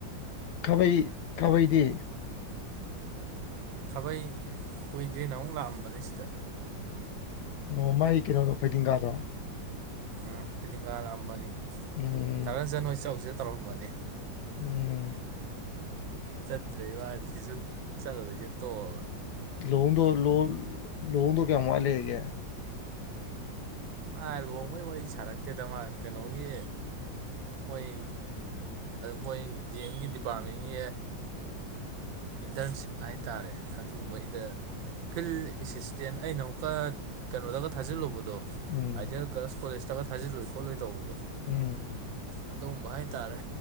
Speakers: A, on the left; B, on the right.
A: ꯈꯕꯩ ꯈꯕꯩꯗꯤ
B: ꯈꯥꯕꯩ ꯀꯨꯏꯗ꯭ꯔꯤ ꯅꯍꯥꯟ ꯃꯨꯛ ꯂꯥꯛꯑꯝꯕꯅꯤ ꯁꯤꯗ
A: ꯑꯣꯑ ꯃꯥꯒꯤ ꯀꯩꯅꯣ ꯐꯩꯗꯤꯡꯒꯥꯗꯣ
B: ꯎꯝ ꯐꯩꯗꯤꯡꯒꯥꯥ ꯔꯥꯛꯑꯝꯕꯅꯤ
A: ꯎꯝ
B: ꯊꯥꯔꯅꯖꯟ ꯔꫭꯏꯗ ꯆꯧꯁꯤꯗ ꯇꯧꯔꯝꯕꯅꯤ
A: ꯎꯝꯝ
B: ꯆꯠꯇ꯭ꯔꯩ ꯏꯕꯥꯅꯤ ꯁꯨꯝ ꯆꯠꯂꯨꯔꯁꯦ ꯇꯣꯛꯑꯥꯕ
A: ꯂꯍꯣꯡꯗꫭ ꯂꯣ ꯂꯍꯣꯡꯗꯣ ꯀꯌꯥꯝ ꯋꯥꯔꯤ ꯍꯥꯏꯒꯦ
B: ꯃꯥ ꯂꯨꯍꯣꯡꯕꯒꯤ ꯋꯥꯔꯤ ꯁꯥꯔꯛꯇꯦꯗ ꯃꯥ ꯀꯩꯅꯣꯒꯤ ꯃꯣꯏꯒꯤ ꯃꯣꯏ ꯒꯤ ꯗꯤ ꯑ°ꯝꯒꯤ ꯗꯄꯥꯔꯠꯃꯦꯟꯒꯤ ꯏꯟꯇꯔꯟꯁꯤꯞ ꯍꯥꯏ ꯇꯥꯔꯦ ꯑꯗꯨꯒꯨꯝꯕꯒꯤ ꯐꯤꯜ ꯑꯦꯁꯤꯁꯇꯦꯟ ꯑꯩꯅ ꯑꯃꯨꯛꯀꯥ ꯀꯩꯅꯣꯗꯒꯥ ꯊꯥꯖꯤꯜꯂꯨꯕꯗꯣ꯫
A: ꯎꯝ
B: ꯑꯥꯏꯗꯤꯜ ꯒꯔꯜꯁ ꯀꯣꯂꯦꯖꯇꯒ ꯊꯥꯜꯂꯨꯏ ꯈꯣꯠꯂꯨꯏ ꯇꯧꯕꯗꯣ꯫
A: ꯎꯝꯝ
B: ꯑꯗꯨꯒꯕ ꯍꯥꯏꯇꯥꯔꯦ